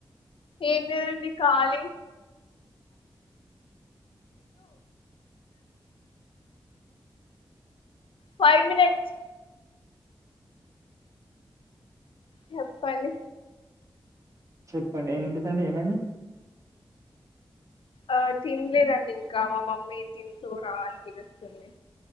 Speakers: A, on the left (about 85°); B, on the right (about 40°).
A: ఏం లేదండి ఖాళీ ఫైవ్ మినిట్స్ చెప్పండి
B: చెప్పండి ఏంటిదండి ఏమైంది
A: ఆ తినలేదండి ఇంకా మా మమ్మీ తిందువు రా అని పిలుస్తుంది